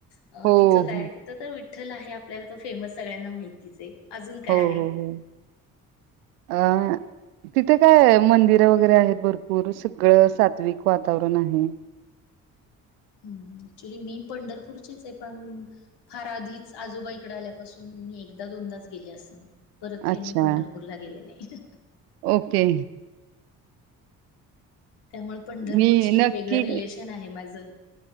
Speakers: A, on the left; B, on the right.
A: अह
B: हो,
A: तिथं काय
B: हो,
A: तिथं तर विठ्ठल आहे आपल्याला तो फेमस सगळ्यांना माहितीच आहे. अजून काय
B: हो
A: आहे?
B: हो हो अ तिथे काय मंदिरं वगैरे आहेत भरपूर सगळं सात्विक वातावरण आहे
A: ह् क्च्युली मी पंढरपूरचीच आहे पण फार आधीच आजोबाईकडे आल्यापासून मी एकदा दोनदाच गेले असेन परत काही
B: अच्छा
A: मी पंढरपूरला गेले नाही
B: ओके
A: त्यामुळे पंढरपूरशी
B: मी
A: एक
B: नक्की
A: वेगळं रिलेशन आहे माझं